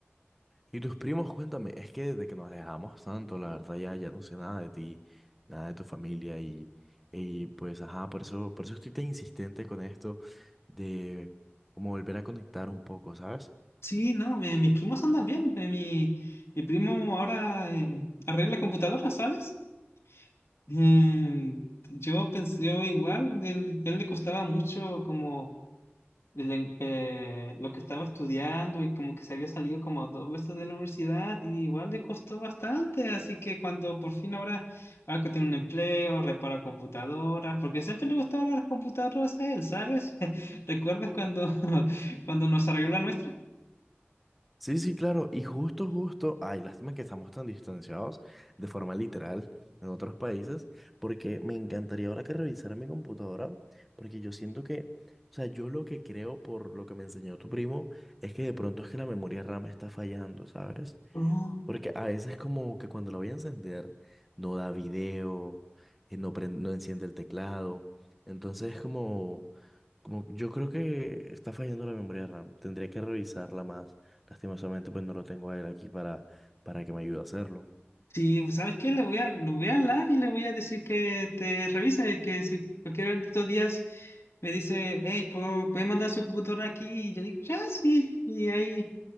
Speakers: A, in the centre; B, on the left (about 75°).
A: Y tus primos, cuéntame, es que desde que nos alejamos tanto, la verdad ya, ya no sé nada de ti, nada de tu familia y, y pues ajá, por eso, por eso estoy tan insistente con esto de como volver a conectar un poco, ¿sabes?
B: sí, no, mi- mis primos andan bien. eh, Mi, mi primo ahora eh, arregla computadoras ¿sabes? Mm, yo pensé, yo igual, él, él le costaba mucho como le- eh, lo que estaba estudiando y como que se había salido como dos veces de la universidad y igual le costó bastante, así que cuando por fin ahora, ahora que tiene un empleo, repara computadoras, porque siempre le gustaban las computadoras a él, ¿sabes? <laughs> ¿Recuerdas cuando, <laughs> cuando nos arregló la nuestra?
A: Sí, sí, claro, y justo, justo, ay, lástima que estamos tan distanciados de forma literal en otros países, porque me encantaría ahora que revisara mi computadora, porque yo siento que, o sea, yo lo que creo por lo que me enseñó tu primo es que de pronto es que la memoria RAM está fallando, ¿sabes?
B: Oh.
A: Porque a veces como que cuando la voy a encender, no da video, eh, no, pren- no enciende el teclado. Entonces como, como yo creo que está fallando la memoria RAM. Tendría que revisarla más. Lastimosamente pues no lo tengo a él aquí para, para que me ayude a hacerlo.
B: Sí, ¿sabes qué? Le voy a, le voy a hablar y le voy a decir que te revise, que si cualquiera de estos días me dice, hey, ¿puedo, puede mandar su computadora aquí? Y yo digo, ya, sí, y ahí,